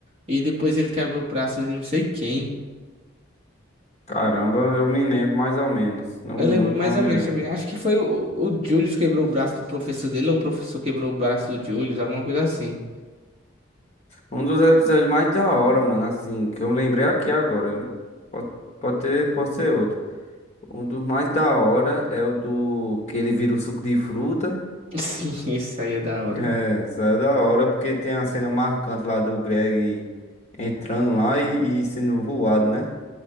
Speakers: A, on the right; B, on the left.
A: e depois ele quebra o braço de não sei quem.
B: Caramba, eu me lembro mais ou menos. Não
A: Eu
B: muito,
A: lembro mais
B: mas eu
A: ou
B: me
A: menos
B: lembro.
A: também, acho que foi o, o Julius quebrou o braço do professor dele, ou o professor quebrou o braço do Julius, alguma coisa assim.
B: Um dos episódios mais da hora, mano. Assim, que eu lembrei aqui agora. Pode, pode ter, pode ser outro. Um dos mais da hora é o do que ele vira o suco de fruta.
A: <laughs> Sim, isso aí é da hora.
B: É, isso é da hora porque tem a cena marcante lá do Greg entrando lá e e sendo voado, né?